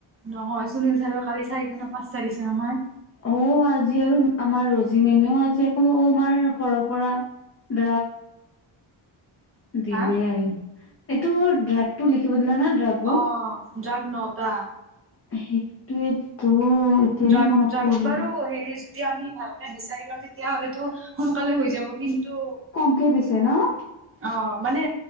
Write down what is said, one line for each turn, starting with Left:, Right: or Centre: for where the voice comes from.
Right: নহয় সুনীল ছাৰ কালি চাৰিটা নে পাঁচটা দিছে নহয়।
Left: অ আজি আৰু আমাৰ ৰজি মেমেও আজি আকৌ অ আমাৰ ঘৰৰ পৰা ড্ৰাগ।
Right: <unintelligible>
Left: দিলে
Right: হা
Left: আৰু এইটো ড্ৰাগটো লিখিব দিলা না ড্ৰাগবোৰ
Right: অ ড্ৰাগ নহতা
Left: সেইটোয়তো এতিয়াহে
Right: ড্ৰাগ
Left: মনত পৰিল
Right: বাৰু হেৰি যদি আমি ভালকে বিচাৰি লওঁ তেতিয়া হলেতো সোনকালে হৈ য যাব কিন্তু
Left: কমকে দিছে ন?
Right: অ মানে